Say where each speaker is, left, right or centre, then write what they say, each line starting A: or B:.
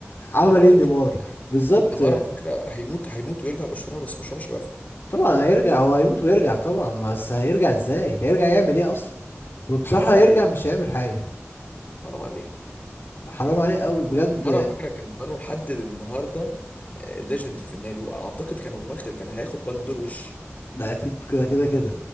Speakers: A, on the left; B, on the left.
A: عمل
B: نيمار
A: ايه
B: دلوقتي
A: نيمار
B: في الحقيقة.
A: بالظبط
B: نيمار على فكره هيموت هيموت ويرجع برشلونه بس برشلونه مش هيوافق
A: طبعا هيرجع هو هيموت ويرجع طبعا بس هيرجع ازاي هيرجع يعمل ايه اصلا وبصراحة
B: حرام عليه
A: هيرجع مش هيعمل حاجة
B: حرام عليه
A: حرام عليه قوي
B: حرام
A: بجد
B: عليه. نيمار على فكره كان زمانه لحد النهارده ليجند في النادي واعتقد كان واخد كان هياخد بالون دور وش
A: لا اكيد كده كده كده